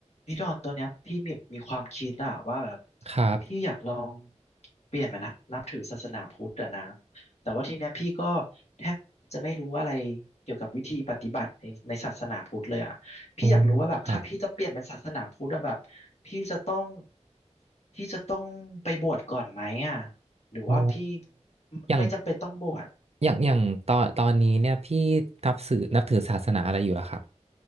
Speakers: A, on the left (about 65°); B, on the right (about 60°).
A: พี่ดอนตัวเนี้ยพี่มีมีความคิดอะว่าแบบ
B: ครับ
A: พี่อยากลองเปลี่ยนมานับนับถือศาสนาพุทธอะนะแต่ว่าทีเนี้ยพี่ก็แทบจะไม่รู้อะไรเกี่ยวกับวิธีปฏิบัติในในศาสนาพุทธเลยอะพี่อยากรู้ว่าแบบถ้าพี่จะเปลี่ยนเป็นศาสนาพุทธอะแบบ
B: โอ้ครับ
A: พี่จะต้องพี่จะต้องไปบวชก่อนไหมอะหรือว่าพี่
B: โอ้อย่าง
A: ไม่จำเป็นต้องบวช
B: อย่าง อย่าง ตอนตอนนี้เนี่ย พี่นับถือนับถือศาสนาอะไรอยู่ล่ะครับ